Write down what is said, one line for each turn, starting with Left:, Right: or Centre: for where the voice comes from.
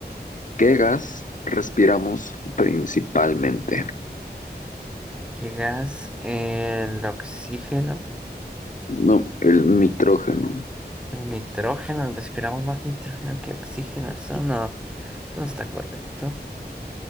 Left: ¿qué gas respiramos principalmente?
Centre: ¿Qué gas? El oxígeno.
Left: No, el nitrógeno.
Centre: El nitrógeno. respiramos más nitrógeno que oxígeno. Eso no. Eso no está correcto.